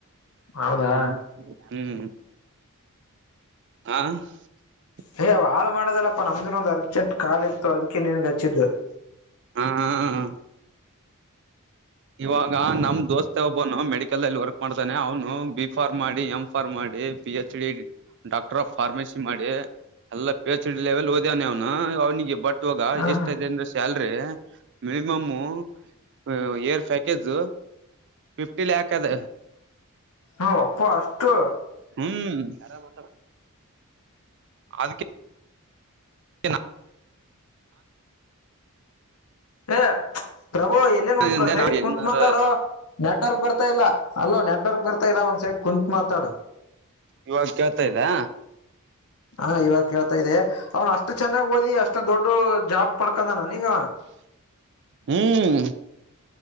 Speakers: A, on the left; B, on the right.
A: ಹೌದಾ
B: ಹ್ಮ್ ಹ್ಮ್ ಹ್ಮ್ ಹಾ <unintelligible>
A: ಹಯ ಹಾಳ ಮಾಡದಲ್ಲ ಅಪ್ಪ ನಮ್ದಿನ ಒಂದು ಅರ್ಜೆಂಟ್ ಕಾಾಲ ಇತ್ತು ಅದಕ್ಕೆ ನನ್ಗೆ ಹಚ್ಚಿದ್ದು
B: ಹಾ ಇವಾಗ ನಮ್ ದೋಸ್ತೆ ಒಬ್ಬನು ಮೆಡಿಕಲ್ಲ್ಲಿ ವರ್ಕ್ ಮಾಡ್ತಾನೆ ಅವ್ನು ಬಿ ಫಾರ್ಮ್ ಮಾಡಿ ಎಂಫಾರ ಮಾಡಿ P H D doctor of pharmacy ಮಾಡಿ ಎಲ್ಲ ಪೇಸಡ್ವೆಲ್ ಓದ್ಯವಾನ ಅವ್ನ ಅವ್ನಿಗೆ ಬಟ್ ಇುವಾಗ
A: ಹ
B: ಎಷ್ಟ
A: ಹ
B: ಇದೆ ಅಂದ್ರೆ ಸ್ಯಲ್ರಿ ಮಿನಿಮಮುರ್ <unintelligible> ಪ್ಯಾಕೇಜ್ ಫಿಫ್ಟಿ ಲ್ಯಾಕ್ಸ್. ಹದ
A: ಹ ಅಪ್ಪ ಅಷ್ಟು
B: ಹ್ಮ್ <unintelligible> ಯಾರ ಮಾತ್ರ ಅದಕ್ಕೆ <unintelligible> ಚ <unintelligible>
A: ಹ <unintelligible> ಪ್ರಭೋ ಎಲ್ಲೇನ್
B: ನಾನಿಂದೆ
A: ಒಂದ ಸೈಡ
B: ನಾ
A: ಕುತ್
B: ಏನಾರ
A: ಮಾತಾಡೋ ನೆಟ್ವರ್ಕ್ ಬರ್ತಾ ಇಲ್ಲ ಅಲೋ ನೆಟ್ವರ್ಕ್ ಬರ್ತ ಎಲ್ಲ ಒಂದ ಸೈಡ್ ಕುಂಂತತ್ ಮಾತಾಡು
B: ಇವಾಗ ಕೇಳ್ತಾ ಇದ್ದಾ
A: ಹಾ ಇವಾಗ ಕೇಳ್ತಾ ಇದೆ ಅವ್ನ್ ಅಷ್ಟು ಚೆನ್ನಾಗ್ ಓದಿ ಅಷ್ಟು ದೊಡ್ಡ ಜಾ. ಪಳಕದಾನ ನೀಗ.
B: ಹ್ಮ್